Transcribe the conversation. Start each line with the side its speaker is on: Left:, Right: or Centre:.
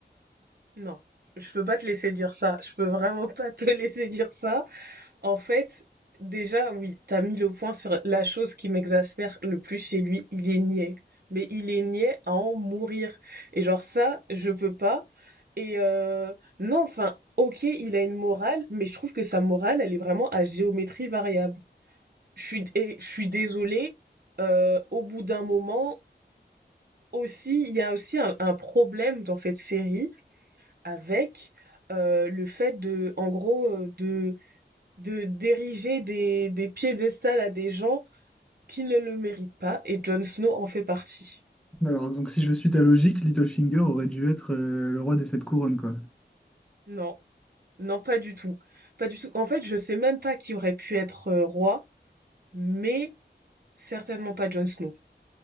Right: Non, je peux pas te laisser dire ça. Je peux vraiment pas te <laughs> laisser dire ça. En fait, déjà, oui, t'as mis le point sur la chose qui m'exaspère le plus chez lui, il est niais. Mais il est niais à en mourir. Et genre ça, je peux pas. Et euh, non, enfin, ok, il a une morale, mais je trouve que sa morale, elle est vraiment à géométrie variable. Je suis, et je suis désolée, euh, au bout d'un moment, aussi, il y a aussi un, un problème dans cette série avec euh, le fait de, en gros, euh, de de d'ériger des, des piédestals à des gens qui ne le méritent pas, et Jon Snow en fait partie.
Centre: Alors, donc si je suis ta logique, Littlefinger aurait dû être euh, le roi des sept couronnes, quoi.
Right: Non, non, pas du tout. Pas du tout. En fait, je sais même pas qui aurait pu être euh, roi, mais certainement pas Jon Snow.